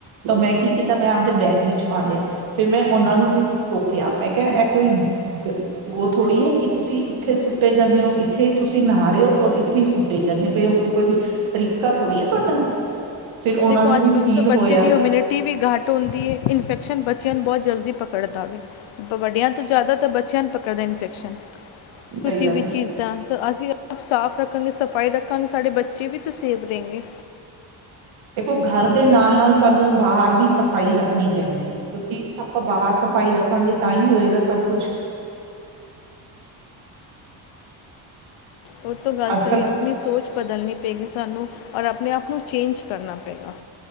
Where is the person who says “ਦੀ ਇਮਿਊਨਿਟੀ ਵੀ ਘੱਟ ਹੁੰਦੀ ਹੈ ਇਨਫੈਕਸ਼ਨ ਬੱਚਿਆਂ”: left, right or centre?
Left